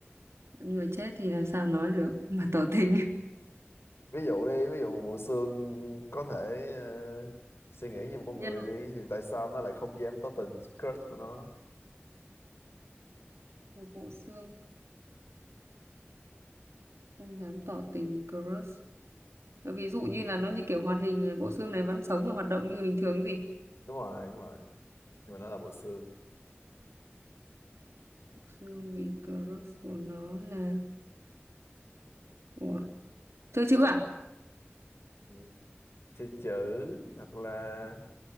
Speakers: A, on the right (about 85°); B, on the left (about 65°).
A: người chết thì làm sao nói được mà tỏ tình
B: ví dụ đi ví dụ một bộ xương có thể ờ, suy nghĩ như một con
A: <laughs> nhân
B: người
A: hoặc
B: đi thì tại sao nó lại không dám tỏ tình crush của nó
A: một bộ xương không dám tỏ tình crush Ờ, ví dụ như là nó như kiểu hoạt hình bộ xương này vẫn sống và hoạt động như bình thường gì
B: đúng rồi đúng rồi nhưng mà nó là bộ xương
A: bộ xương vì crush của nó là của chơi chữ à
B: Ừ. chữ chữ hoặc là